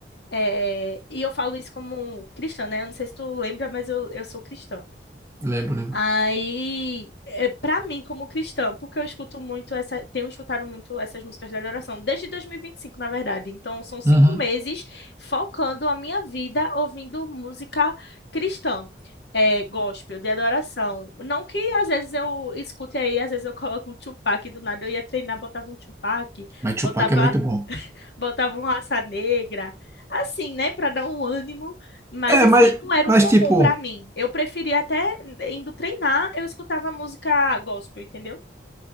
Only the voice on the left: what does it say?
é, e eu falo isso como cristã, né? Eu não sei se tu lembra, mas eu, eu sou cristã.
Aí, é, para mim, como cristã, porque eu escuto muito essa, tenho escutado muito essas músicas da adoração, desde dois mil e e vinte e cinco, na verdade. Então, são cinco
meses focando a minha vida ouvindo música cristã, é, gospel, de adoração. Não que às vezes eu escute aí, às vezes eu coloco um Tupac, do nada eu ia treinar, botava um Tupac,
botava
Botavam raça negra, assim, né, para dar um ânimo, mas
assim,
não era um
comum
para mim. Eu preferia até indo treinar, eu escutava música gospel, entendeu?